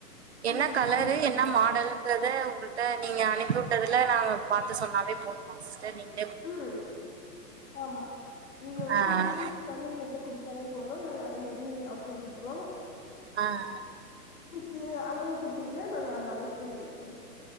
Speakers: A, on the right; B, on the left.
A: என்ன
B: ம்
A: கலரு
B: ஆரி ஒர்க்குமே
A: என்ன மாடல் ன்றத உங்கள்ட்ட நீங்க அனுப்பி வுட்டதுல நாங்க பாத்து சொன்னாவே போதுமா சிஸ்டர் நீங்க
B: ம் ஆமா நீங்க வந்து
A: ஆ
B: சூஸ் பண்ணி எங்கள்ட்ட குடுத் தாலே போது நாங்க அது மாரி அவுட்புட் குடுத்துருவோ
A: ஆ ஆ
B: வித்து அளவு குடுத்தீங்கனா நாங்க அந்த அளவுக்கு பண்ணி குடுத்துருவோ